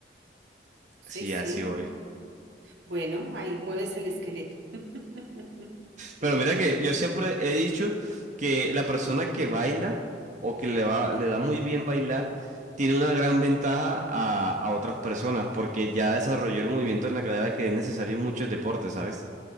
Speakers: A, on the right; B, on the right.
A: Sí,
B: Sí,
A: sí.
B: así voy.
A: Bueno, ahí mueves el esqueleto. <laughs>
B: Pero mira que yo siempre he dicho que la persona que baila o que le va, le da muy bien bailar, tiene una gran ventaja a, a otras personas porque ya desarrolló el movimiento en la cadera que es necesario en muchos deportes, ¿sabes?